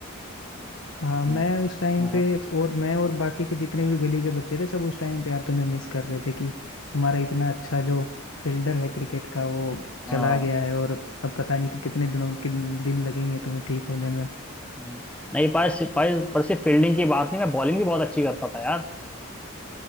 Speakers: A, on the left (about 75°); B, in the centre.
A: हाँ मैं
B: हम्म,
A: उस टाइम
B: हाँ
A: पे और मैं और बाकी के जितने भी गली के बच्चे थे सब उस टाइम पे यार तुम्हें मिस कर रहे थे कि हमारा इतना अच्छा जो फील्डर है क्रिकेट का वो
B: हाँ
A: चला गया
B: हाँ,
A: है और अब पता नहीं कि कितने दिनों किन दिन लगेंगे तुम्हें ठीक होने में
B: हाँ। नहीं पर पर पर सिर्फ फील्डिंग की बात नहीं मैं बॉलिंग भी बहुत अच्छी करता था यार